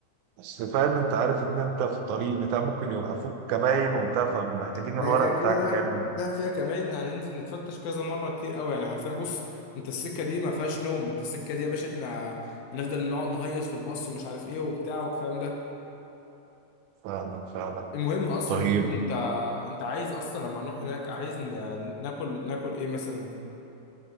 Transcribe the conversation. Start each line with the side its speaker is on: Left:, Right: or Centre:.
Right: بس فاهم انت عارف ان انت في الطريق بتاع ممكن يوقفوك كباين وبتاع فمحتاجين
Left: ما
Right: الورق
Left: هي كده كده
Right: بتاعك
Left: دهب
Right: كامل
Left: دهب فيها كمان هننزل نتفتش كذا مره كتير قوي يعني حرفيا بص انت السكه دي ما فيهاش نوم انت السكه دي يا باشا احنا هنفضل نقعد نهيص في الباص ومش عارف ايه وبتاع والكلام ده
Right: فاهمك فاهمك
Left: المهم اصلا
Right: طيب
Left: انت قول لي انت انت عايز اصلا لما نروح هناك عايز ن- ناكل ناكل ايه مثلا